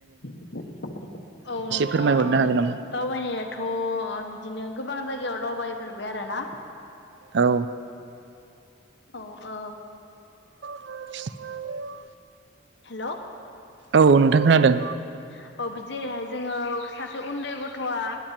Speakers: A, on the left (about 55°); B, on the right (about 60°).
A: <unintelligible> औ नोंथां
B: फोरमायहरनो
A: औ
B: हागोन नामा?
A: दावबायनायाथ' ओ बिदिनो गोबां जायगायाव दावबायफेरबाय आरोना
B: औ।
A: औ औ।
B: <inaudible>
A: हेल'।
B: औ नोंथां खोनादों?
A: औ जेरैहाय जोङो सासे उन्दै गथ'आ